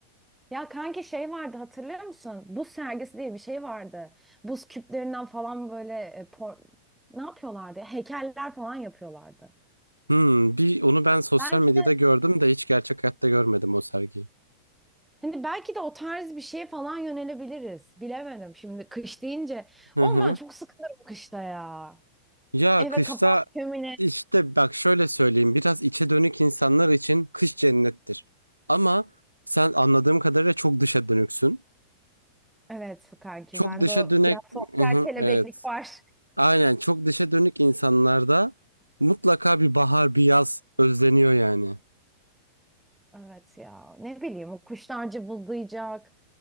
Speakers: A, in the centre; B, on the right (about 85°).
A: Ya kanki şey vardı hatırlıyor musun? Buz sergisi diye bir şey vardı. Buz küplerinden falan böyle e, por- ne yapıyorlardı? ya? Heykeller falan yapıyorlardı.
B: Hmm, bir onu ben sosyal
A: Belki
B: medyada
A: de
B: gördüm de hiç gerçek hayatta görmedim o sergiyi.
A: Şimdi belki de o tarz bir şeye falan yönelebiliriz. Bilemedim. Şimdi kış deyince.
B: Hı
A: Oğlum
B: hı.
A: ben çok sıkılırım kışta ya.
B: Ya
A: Eve
B: kışta
A: kapan kömine.
B: işte bak şöyle söyleyeyim. Biraz içe dönük insanlar için kış cennettir. Ama sen anladığım kadarıyla çok dışa dönüksün.
A: Evet kanki
B: Çok
A: bende
B: dışa
A: o
B: dönük,
A: biraz sosyal
B: Hı hı,
A: kelebeklik
B: evet.
A: var.
B: Aynen çok dışa dönük insanlarda mutlaka bir bahar, bir yaz özleniyor yani.
A: Evet ya ne bileyim o kuşlar cıvıldayacak.